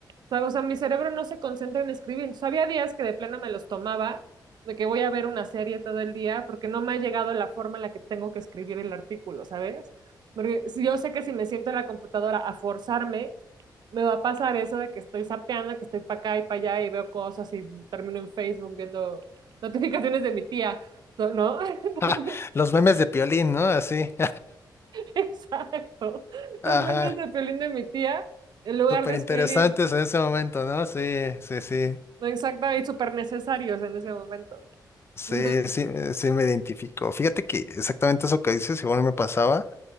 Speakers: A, on the right (about 70°); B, on the left (about 35°).
A: O sea, o sea, mi cerebro no se concentra en escribir. Entonces, había días que de plano me los tomaba, de que voy a ver una serie todo el día porque no me ha llegado la forma en la que tengo que escribir el artículo, ¿sabes? Porque si- yo sé que si me siento en la computadora a forzarme, me va a pasar eso de que estoy sapeando, que estoy para acá y para allá y veo cosas y termino en Facebook viendo notificaciones de mi tía, ¿no? ¿no? <laughs>
B: <laughs> Los memes de Piolín, ¿no? Así. <laughs>
A: Exacto.
B: Ajá.
A: Los memes de Piolín de mi tía, en lugar
B: Súper
A: de escribir,
B: interesantes en ese momento, ¿no? Sí, sí, sí.
A: ¿no? exactamente, súper necesarios en ese momento.
B: Sí,
A: Entonces,
B: sí, sí me identifico. Fíjate que exactamente eso que dices, igual me pasaba.